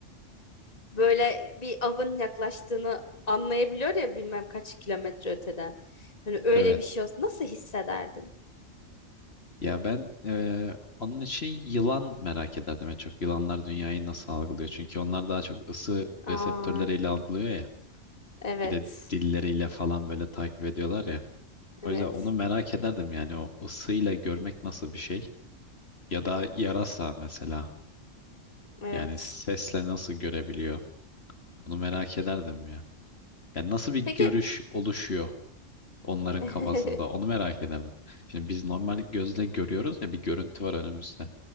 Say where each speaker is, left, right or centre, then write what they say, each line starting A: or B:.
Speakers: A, on the left (about 30°); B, on the left (about 50°).
A: böyle bir avın yaklaştığını anlayabiliyor ya bilmem kaç kilometre öteden. Hani öyle
B: Evet.
A: bir şey olsa nasıl hissederdin?
B: Ya ben eee, onun için yılan merak ederdim. en çok yılanlar dünyayı nasıl algılıyor? Çünkü onlar daha çok ısı reseptörleriyle
A: Aa,
B: algılıyor ya.
A: evet.
B: Bir de dilleriyle falan böyle takip ediyorlar ya.
A: Evet.
B: O yüzden onu merak ederdim yani o ısıyla görmek nasıl bir şey? Ya da yarasa mesela.
A: Evet.
B: Yani sesle nasıl görebiliyor? Bunu merak ederdim ya. Yani nasıl bir görüş
A: Peki
B: oluşuyor? Onların
A: <laughs>
B: kafasında. Onu merak ederdim. Şimdi biz normal gözle görüyoruz ya bir görüntü var önümüzde.